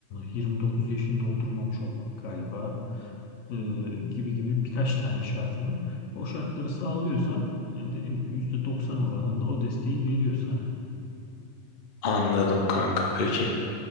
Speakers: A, on the left; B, on the left.
A: 29 yaşını doldurmamış olmak galiba e, gibi gibi birkaç tane şartı var. O şartları sağlıyorsan yani dediğim gibi %90 oranında o desteği veriyor sana.
B: Anladım kanka. Peki.